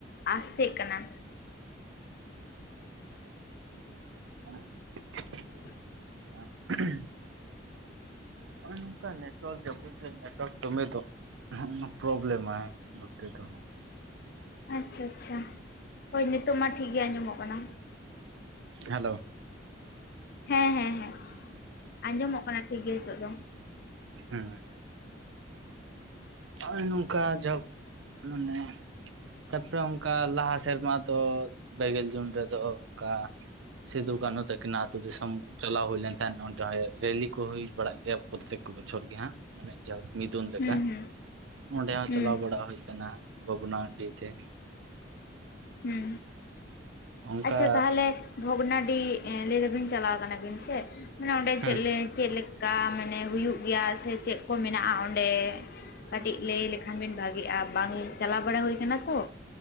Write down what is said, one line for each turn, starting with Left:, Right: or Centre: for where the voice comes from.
Left: ᱟᱥᱛᱮᱜ ᱠᱟᱱᱟ᱾
Right: <inaudible>
Left: <inaudible>
Right: <unintelligible> ᱱᱚᱜ ᱚᱭ ᱱᱚᱝᱠᱟ ᱱᱮᱴᱣᱟᱨᱠ ᱡᱟᱯᱩᱫ ᱨᱮ ᱱᱮᱴᱣᱟᱨᱠ ᱫᱚᱢᱮ ᱫᱚ ᱦᱚᱜ ᱱᱟ ᱯᱨᱚᱵᱞᱮᱢᱟᱭ ᱱᱚᱛᱮ ᱫᱚ᱾
Left: ᱟᱪᱪᱷᱟ ᱟᱪᱪᱷᱟ ᱦᱳᱭ ᱱᱤᱳᱚᱜ ᱢᱟ ᱴᱷᱤᱠᱜᱮ ᱟᱸᱡᱚᱢᱚᱜ ᱠᱟᱱᱟ᱾
Right: ᱦᱮᱞᱳ
Left: ᱦᱮᱸ ᱦᱮᱸ ᱦᱮᱸ ᱟᱸᱡᱚᱢᱚᱜ ᱠᱟᱱᱟ ᱴᱷᱤᱠ ᱜᱮ ᱦᱤᱛᱳᱜ ᱫᱚ᱾
Right: ᱦᱮᱸ ᱱᱚᱜᱚᱭ ᱱᱚᱝᱠᱟ ᱡᱟ ᱦᱳᱚ ᱢᱟᱱᱮ ᱛᱟᱯᱚᱨᱮ ᱠᱟ ᱞᱟᱦᱟ ᱥᱮᱨᱢᱟ ᱫᱚ ᱵᱮᱜᱮᱞ ᱡᱩᱱ ᱨᱮᱫᱚ ᱚᱝᱠᱟ ᱥᱤᱫᱩ ᱠᱟᱹᱱᱩ ᱛᱟᱹᱠᱤ ᱱᱟᱜ ᱟᱛ ᱛᱩ ᱫᱤᱥᱚᱢ ᱪᱟᱞᱟᱣ ᱦᱩᱭ ᱞᱮᱱ ᱛᱟᱦᱮᱱ ᱚᱸᱰᱮ ᱦᱚᱸ ᱨᱮᱞᱤ ᱠᱚ ᱦᱩᱭ ᱵᱟᱲᱟᱜ ᱜᱮᱭᱟ ᱯᱨᱚᱛᱛᱮᱠ ᱵᱚᱪᱷᱚᱨ ᱜᱮ ᱦᱟᱸᱜ, ᱢᱟᱱᱮ ᱡᱚᱦᱳᱠ ᱢᱤᱫᱩᱱ ᱞᱮᱠᱟ᱾
Left: ᱦᱩᱸ ᱦᱩᱸ
Right: ᱚᱸᱰᱮ ᱦᱚᱸ
Left: ᱦᱩᱸ
Right: ᱪᱟᱞᱟᱣ ᱵᱟᱲᱟ ᱦᱩᱭ ᱠᱟᱱᱟ ᱵᱷᱚᱜᱱᱟ ᱰᱤ ᱛᱮ᱾
Left: ᱦᱩᱸ
Right: ᱚᱱᱠᱟ
Left: ᱟᱪᱪᱷᱟ ᱛᱟᱦᱞᱮ ᱵᱷᱚᱜᱽᱱᱟᱰᱤ ᱮ ᱞᱟᱹᱭ ᱫᱟᱵᱤᱱ ᱪᱟᱞᱟᱣ ᱠᱟᱱᱟᱵᱤᱱ ᱥᱮ ᱢᱟᱱᱮ ᱚᱸᱰᱮ
Right: ᱦᱮᱸ
Left: ᱪᱮᱫ ᱞᱮ ᱪᱮᱜ ᱞᱮᱠᱟ ᱢᱟᱱᱮ ᱦᱩᱭᱩᱜ ᱜᱮᱭᱟ ᱥᱮ ᱪᱮᱜ ᱠᱚ ᱢᱮᱱᱟᱜ-ᱟ ᱚᱸᱰᱮ? ᱠᱟᱹᱴᱤᱡ ᱞᱟᱹᱭ ᱞᱮᱠᱷᱟᱱ ᱵᱤᱱ ᱵᱷᱟᱜᱮᱜ-ᱟ ᱵᱟᱝ ᱪᱟᱞᱟᱣ ᱵᱟᱲᱟ ᱦᱩᱭ ᱠᱟᱱᱟ ᱛᱚ᱾